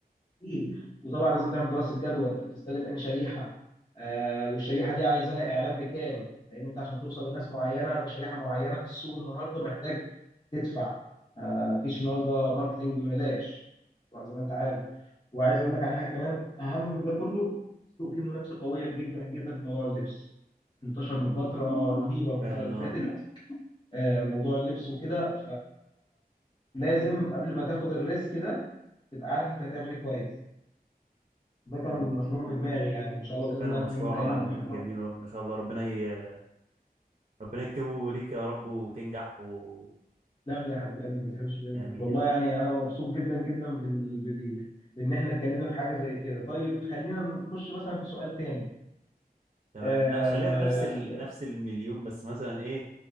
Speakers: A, on the left; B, on the right.
A: أكيد. وطبعا لازم تعمل دراسه جدوى انت بتستهدف انهي شريحه آه والشريحه دي عايزه لها اعلان بكام لان انت عشان توصل لناس معينه بشريحه معينه في السوق النهارده محتاج تدفع آه مفيش النهارده ماركتنج ببلاش طبعا زي ما انت عارف وعايز اقول لك على حاجه كمان اهم من ده كله السوق فيه منافسه قويه جدا جدا في موضوع اللبس انتشر
B: امم
A: بفتره رهيبه الفتره
B: فعلا
A: اللي فاتت آه موضوع اللبس وكده فلازم قبل ما تاخد الريسك ده تبقى عارف انت هتعمل ايه كويس ده كان
B: اه
A: مشروع في دماغي يعني ان شاء الله باذن
B: فعلا
A: الله
B: مشروع
A: في يوم من الايام تسلم
B: جميل ما شاء الله ربنا ي... ربنا يكتبه ليك يا رب وتنجح و...
A: لي يا حبيب قلبي ما تحرمش منك
B: امين
A: والله
B: يا رب
A: يعني انا مبسوط جدا جدا بال... بال... بان احنا اتكلمنا في حاجه زي كده طيب خلينا نخش مثلا في سؤال تاني
B: تمام
A: آه...
B: لا خلينا في نفس ال... نفس المليون بس مثلا ايه